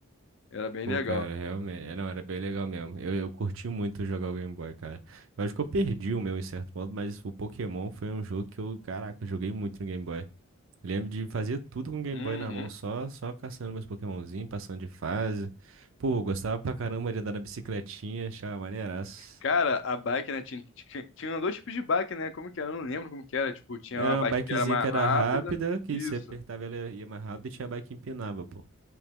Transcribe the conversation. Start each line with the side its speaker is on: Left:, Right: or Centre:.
Left: Era bem
Right: Pô,
Left: legal.
Right: cara, realmente. é, Não, era bem legal mesmo. Eu, eu curti muito jogar o Game Boy, cara. Eu acho que eu perdi o meu em certo modo, mas o Pokémon foi um jogo que eu, caraca, eu joguei muito no Game Boy. Lembro de fazer tudo com o Game
Left: Uhum.
Right: Boy na mão, só, só caçando meus Pokémonzinhos, passando de fase. Pô, eu gostava pra caramba de andar na bicicletinha, achava maneiraço.
Left: Cara, a bike, né, tinha, tinha, tinha dois tipos de bike, né, como que era? Eu não lembro como que era, tipo, tinha
Right: Era
Left: uma bike
Right: uma bikezinha
Left: que era mais
Right: que era
Left: rápida,
Right: rápida, que
Left: isso.
Right: se apertava ela ia mais rápido e tinha a bike que empinava, pô.